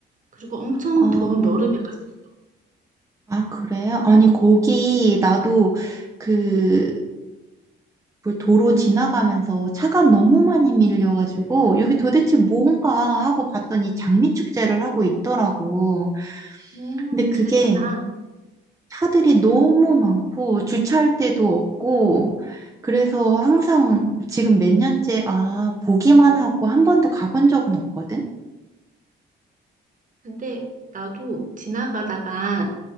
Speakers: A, on the right; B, on the right.
A: 그리고 엄청
B: 어,
A: 더운 여름에 갔었어.
B: 아, 그래? 아니 거기 나도 그 뭘 도로 지나가면서 차가 너무 많이 밀려가지고 여기 도대체 뭔가 하고 봤더니 장미축제를 하고 있더라고.
A: 음,
B: 근데 그게
A: 그랬구나.
B: 차들이 너무 많고 주차할 데도 없고 그래서 항상 지금 몇 년째 아 보기만 하고 한 번도 가본 적은 없거든.
A: 근데 나도 지나가다가